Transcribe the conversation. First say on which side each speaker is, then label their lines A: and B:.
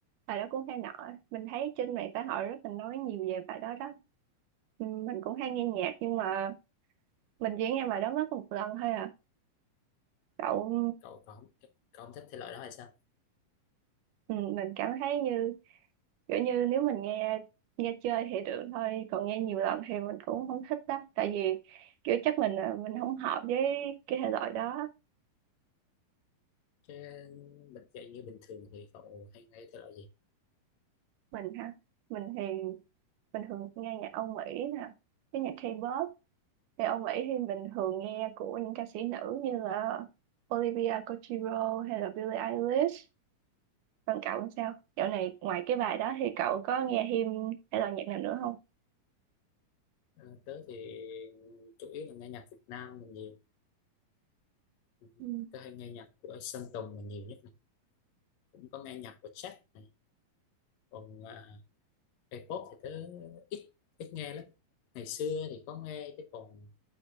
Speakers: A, on the right; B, on the left.
A: bài đó cũng hay nọ. Mình thấy trên mạng xã hội rất là nói nhiều về bài đó đó. Ừ, Mình cũng hay nghe nhạc nhưng mà mình chỉ nghe bài đó mất một lần thôi à. Cậu,
B: Cậu cậu không cậu không thích thể loại đó hay sao?
A: ừ, mình cảm thấy như kiểu như nếu mình nghe nghe chơi thì được thôi, còn nghe nhiều lần thì mình cũng không thích lắm. Tại vì kiểu chắc mình là mình không hợp với cái thể loại đó.
B: Chứ bật dậy như bình thường thì cậu hay nghe thể loại gì?
A: Mình ha, mình thì mình thường nghe nhạc Âu Mỹ nè, cái nhạc K-pop Thì ông ấy thì mình thường nghe của những ca sĩ nữ như là Olivia Rodrigo hay là Billie Eilish. Còn cậu làm sao? Dạo này ngoài cái bài đó thì cậu có nghe him hay là nhạc nào nữa không?
B: Ờ, tớ thì chủ yếu là nghe nhạc Việt Nam là nhiều. Ừ,
A: Ừ.
B: Tớ hay nghe nhạc của Sơn Tùng là nhiều nhất này. Cũng có nghe nhạc của Jack này. Còn à, K-pop thì tớ ít ít nghe lắm. Ngày xưa thì có nghe chứ còn